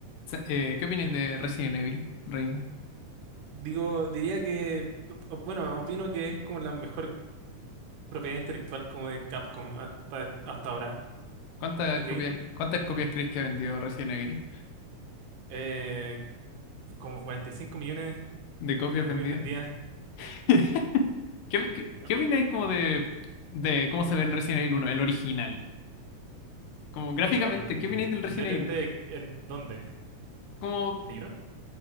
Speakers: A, on the left; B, on the right.
A: Se- eh, ¿qué opináis de Resident Evil, Rain?
B: Digo, diría que, o- bueno, opino que es como la mejor propiedad intelectual como de Capcom hasta, hasta ahora,
A: ¿Cuántas
B: ¿no creí?
A: copias, cuántas copias creéis que ha vendido Resident Evil?
B: Eh, como 45 millones
A: ¿De copias
B: de copias
A: vendidas?
B: vendidas.
A: <laughs> ¿Qué, qué,
B: ¿no?
A: qué opináis como de, de cómo se ve el Resident Evil uno, el original? Como gráficamente,
B: En-
A: ¿qué opináis del Resident
B: depende
A: Evil uno?
B: en dónde.
A: Como
B: ¿Play uno?